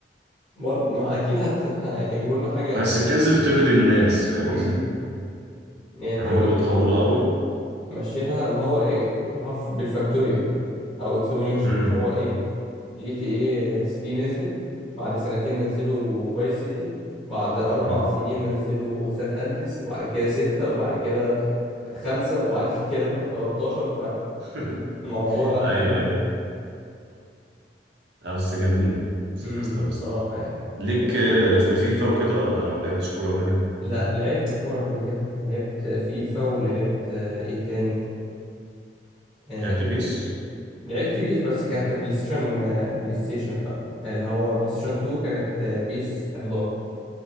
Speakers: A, on the left (about 25°); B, on the right (about 65°).
A: برضه ما اكيد هت... ه- هيجيبوا لنا حاجه
B: بس بتنزل ترضي الناس فاهم
A: امم
B: قصدي
A: يعني انت
B: يعني
A: لو
B: هما
A: جيت
B: بيتهوروا
A: تبص
B: قوي
A: ماشيينها اللي هو ايه اللي هو في- بالفاكتوريال او اكسبوننشال
B: امم
A: اللي هو ايه جي تي اي 3 نزلت بعد سنتين نزلوا فايس سيتي بعد أربع
B: أمم.
A: سنين نزلوا سان أندريس وبعد كده ستة وبعد كده خمسة وبعد <laughs> كده بقى 13
B: <laughs>
A: فالموضوع لأ مجنون
B: ايوه ايوه لا بس جامدين سيركس
A: امم
B: ستار بصراحة
A: بصراحة يعني
B: ليك
A: ماشي
B: آه، في فيفا وكده ولا ما لعبتش كورة قبل كده
A: لا لعبت كورة قبل كده لعبت فيفا ولعبت آه، ايه تاني آه،
B: لعبت
A: ايه
B: بيس
A: تاني لعبت بيس بس كانت بلاي ستيشن آه، بلاي ستيشن بقى اللي هو بلاي ستيشن 2 كانت آه، بيس 11